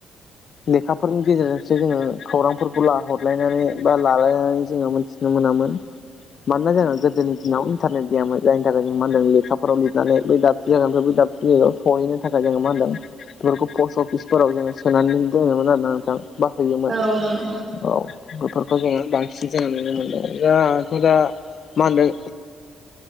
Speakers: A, on the left; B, on the right.
A: लेखाफोरनि गेजेरजों से जोङो खौरांफोरखौ ला हरलायनानै बा लालायनानै जोङो मोनथिनो मोनामोन। मानोना जोङा गोदोनि दिनाव इन्टारनेट गैयामोन जायनि थाखाय जों मा होनदों लेखाफोराव लिरनानै बै दाबसे जागानिफ्राय बै दाबसे जायगायाव सहैनो थाखाय जोङो मा होनदों बेफोरखौ पस्ट अफिसफोराव जोङो सोनानै दोनोमोन आरोना नोंथां बा हैयोमोन।
B: औ नंगौ नोंथां
A: औ बेफोरखौ जोङो बांसिन जोङो नुनो मोनदों जाथ' दा मा होनदों